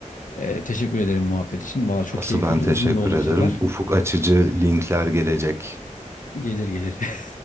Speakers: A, on the left; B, on the right.
A: Ee, teşekkür ederim muhabbet için. Valla çok
B: Asıl
A: keyifli
B: ben
A: oldu.
B: teşekkür
A: Uzun da oldu
B: ederim.
A: bu sefer.
B: Ufuk açıcı linkler gelecek.
A: Gelir gelir. <laughs>